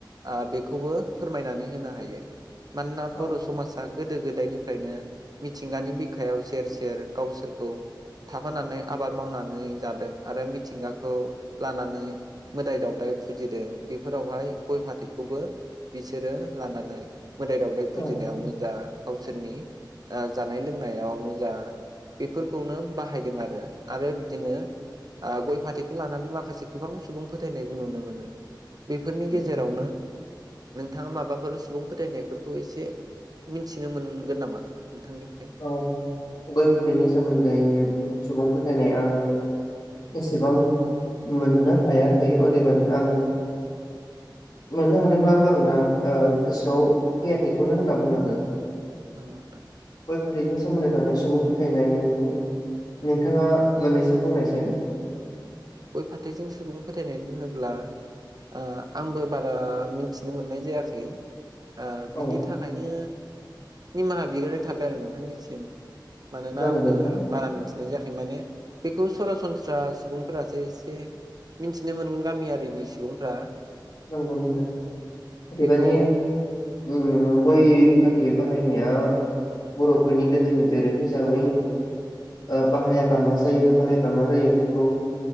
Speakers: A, on the right (about 55°); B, on the left (about 60°).
A: आ बेखौबो फोरमायनानै होनो हायो। मानोना
B: औ
A: बर'समासा गोदो गोदायनिफ्रायनो मिथिंगानि बिखायाव सेर -सेर गावसोरखौ थाफानानै आबाद मावनानै जादों आरो मिथिंगाखौ लानानै मोदाय दावदाय फुजिदों बेफोरावहाय गय -फाथैखौबो बिसोरो लानानै मोदाय दावदै फुजिनायावनो
B: औ
A: जा गावसोरनि ओ जानाय -लोंनायावनो जा बेफोरखौनो बाहायदों आरो। आरो बिदिनो आ ग'य फाथैखौ लानानै माखासे से गोबां सुबुं फोथायनायबो नुनो मोनो। बेफोरनि गेजेरावनो
B: उम
A: नोंथाङा माबाफोर सुबुं फोथायनायफोरखौ एसे मिथिनो मोनगोन नामा नोंथांनिफ्राय
B: औ गय- फाथैनि सोमोन्दै सुबुं फोथायनाय आं एसेबां मोननो हायाखै अदेबानि आं मोननो हादोंब्ला बेखै आं दा ओ गोसोआव फैयाखैखौनो होनना बुंनांगोन।
A: नंगौ नोंथां
B: गय -फाथैखो सोमोन्दो थानाय सु सुबुं फोथायनाय नोंथाङा मोननैसो बुंनायसाय।
A: गय -फाथैजों सुबुं फोथायनाय होनोब्ला आ आंबो बारा मिथिनो मोननाय जायाखै। आओ बिनि
B: औ
A: थाखायनो निमाहा बिग्रोनाय थाबाय आरो नोंथांनिसिम। मानोना
B: जागोन
A: आंबो
B: नोंथां
A: बारा मिथिनाय जाख माने बेखौ सरासनस्रा सुबुं फोरासो एसे मिथिनो मोनगोन गामियारिनि सुबुंफ्रा।
B: नोंगौ नोंथां अदेबानि
A: बेखौ
B: उम उम। गय फाथै बाहायनाया बर'फोरनि गोदोनि दोरों हिसाबै ओ बाहायाबा मा जायो बाहायबा मा जायो बेखौ